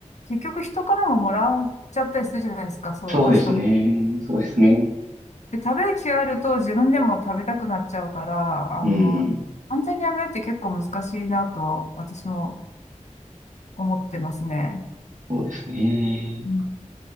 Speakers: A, on the left (about 65°); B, on the right (about 80°).
A: 結局人からももらっちゃったりするじゃないですか、そう、
B: そうですね。
A: お菓子とか。
B: そうですね。
A: で、食べる気があると自分でも食べたくなっちゃうから、
B: うん。
A: あの、完全にやめるって結構難しいなと私も思ってますね。
B: そうですね。
A: うん